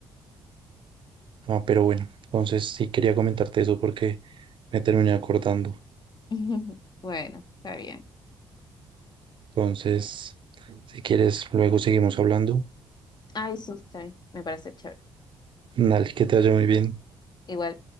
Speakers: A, on the right (about 45°); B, on the left (about 35°).
A: Ah, pero bueno, entonces sí quería comentarte eso porque me terminé acordando.
B: <laughs> Bueno, está bien.
A: Entonces, si quieres, luego seguimos hablando.
B: Ay, sí, está bien, me parece chévere.
A: Dale, que te vaya muy bien.
B: Igual.